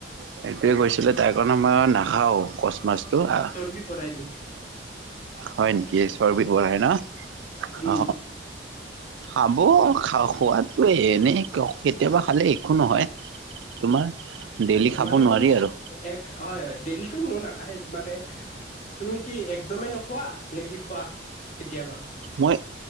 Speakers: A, on the right; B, on the left.
A: সেইটোয়ে কৈছিলে তাই কাৰণে সময় নাখাওঁ কচ মাছটো আহ
B: পি বনাই দি
A: হয় নেকি চবি বনাই ন
B: উম
A: অ। খাব খা খোৱাদটো এনেই ক কেতিয়াবা খালে একো নহয়। তোমাৰ ডেইলি খাব
B: মানে
A: নোৱাৰি
B: তুমি
A: আৰু
B: হয়, হয়। ডেইলি কোনো নাখায় মানে তুমি কি একদমে নোখোৱা, নেকি খোৱা কেতিয়াবা।
A: মই